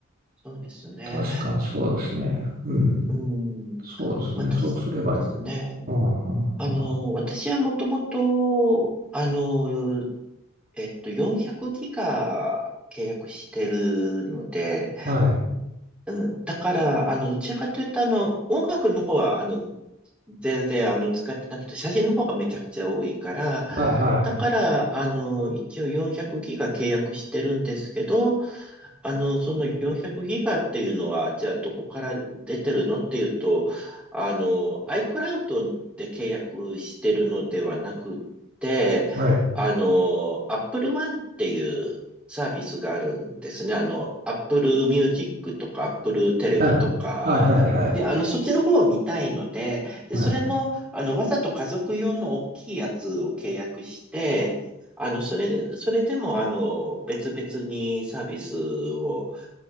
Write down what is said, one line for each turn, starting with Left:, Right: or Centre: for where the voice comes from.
Centre: そうですね。
Right: 確かにそうですね。うん。
Centre: うん。
Right: そうですね。
Centre: 私ですね。
Right: そうすればいい。うん、うん、
Centre: あの、
Right: うん
Centre: 私はもともと、あの、えっと、400ギガ契約してるので、
Right: はい。
Centre: うん、だから、あの、どちらかというと、あの、音楽の方は、あの、全然あの使ってなくて、写真の方がめちゃくちゃ多いから、
Right: はい、はい、
Centre: だから、あの、一応400ギガ契約してるんですけど、あの、その400ギガっていうのは、じゃあどこから出てるのっていうと、あの、iCloud で契約してるのではなくって、
Right: はい。
Centre: あの、Apple One っていうサービスがあるんですね。あの、Apple Music とか Apple テレビとか。
Right: はい、はい、はい、はい。
Centre: で、あの、そっちの方を見たいので、で、
Right: はい
Centre: それの、あの、わざと家族用の大きいやつを契約して、あの、それ、それでも、あの、別々にサービスを